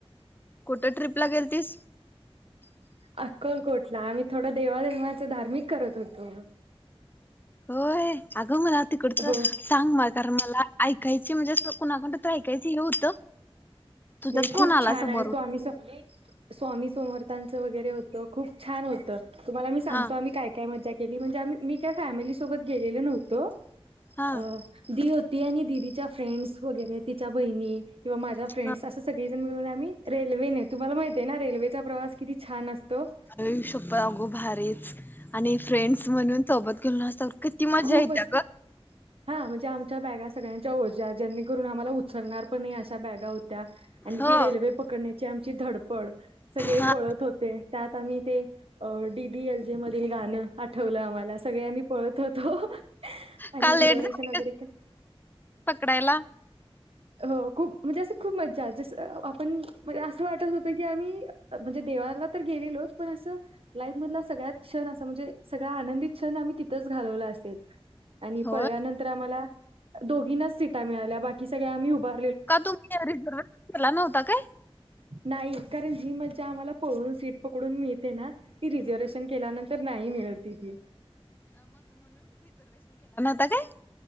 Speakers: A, on the left; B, on the right.
A: कुठे ट्रिप ला गेल तीस
B: अक्कलकोटला आमी थोडा देवाधर्माच धार्मिक करत होतो.
A: होय अगं मला तिकडचं
B: हो
A: सांग म कारण मला ऐकायचे म्हणजे अस कुणाकडन तर ऐकायच हे होतं. तुझाच
B: नाही
A: फोन
B: खूप
A: आला
B: छान
A: समोरून
B: आहे स्वामी स स्वामी. समरथांचं वगैरे होतं खूप छान होतं. तुम्हाला मी सांगतो
A: हा
B: आम्ही काय काय मजा पहली म्हणजे आम्ही मी काय फॅमिली सोबत गेलेलो नव्हतो.
A: हा
B: अ दिवो ती आणि दिदीच्या फ्रेंडस वगैरे तिच्या बहिणी किंवा माझा फेंडस
A: हा.
B: सगळी जन मिळून आम्ही रेल्वेने तुम्हाला माहितय ना रेल्वेचा प्रवास किती छान असतो
A: आयुशापो अगो भारीच. आणि फ्रेंड्स म्हणून सोबत घेऊ न असत किती मज्जा
B: खूपच
A: येत्या ग.
B: हा म्हणजे आमच्या बॅगा सगळ्यांच्या ओजा ज्यांने करुन आम्हाला उचलणार पण अशा बॅगा हो आणि
A: हो
B: ती रेल्वे पकडण्याची आमची धडपड सगळे
A: हा
B: पळत होते त्यात आम्ही ते. अ डीडी एल जे मधील गांण हा. ठेवलं आम्हाला सगळे आम्ही पळत होतो आणि
A: का
B: रिझर्वेशन
A: लेट झाली
B: वगैरे का
A: पकडायला
B: हो खूप म्हणजे असं खूप मज्जा, जसं आपण म्हणजे असं वाटत होत की आम्ही म्हणजे देवाला तर गेलेलोच पण असं लाईफ मधला सगळ्यात क्षण असा म्हणजे सगळा आनंदित क्षण आम्ही तिथंच घालवला असेल. आणि
A: होय
B: पळल्यानंतर आम्हाला दोघीनाच सीटा मिळाल्या बाकी सगळे आम्ही उभा
A: का तुम्ही रिझर्वेशन केला नव्हता काय?
B: नाही कारण जी मज्जा आम्हाला पळून सीट पकडून मिळते ना ती रिझर्वेशन केल्यानंतर नाही मिळती ती
A: आता काय?